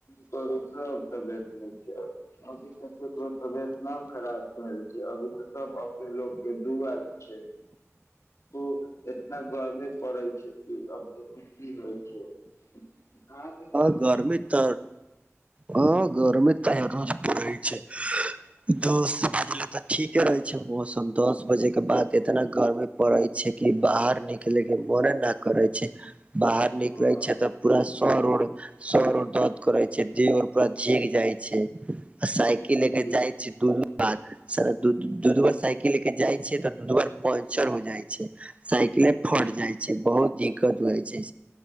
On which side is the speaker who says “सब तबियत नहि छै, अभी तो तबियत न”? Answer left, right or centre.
Left